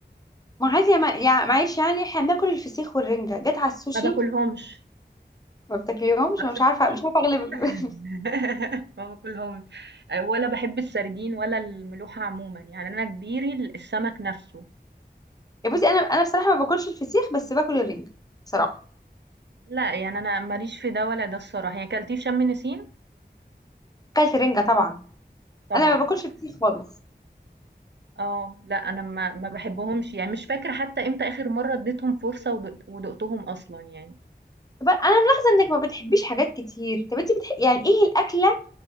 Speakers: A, on the left (about 20°); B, on the right (about 75°).
A: ما عادي يا ما- يا- معلش يعني احنا بناكل الفسيخ والرنجة جت على السوشي
B: ما باكلهمش،
A: ما بتاكليهمش
B: آه
A: مش
B: شُفتِ؟
A: عارفه مش عارفه اغلبك
B: <laughs>
A: <laughs>
B: ما باكلهمش، آآ ولا باحب السردين ولا الملوحة عمومًا، يعني أنا كبيري ال السمك نَفْسه،
A: يا بصي انا انا بصراحه ما باكلش الفسيخ بس باكل الرنجه بصراحه
B: لأ يعني أنا ما ليش في ده ولا ده الصراحة، يعني كلتيه في شم نسيم؟
A: اكلت رنجه طبعا
B: طبعًا،
A: انا ما باكلش الفسيخ خالص
B: آه، لأ أنا ما ما باحبهمش، يعني مش فاكرة حتى إمتى آخر مرّة اديتهم فرصة ودُقت ودُقتهم أصلًا يعني،
A: طب انا ملاحظه انك ما بتحبيش حاجات كتير طب انت بتح... يعني ايه الاكله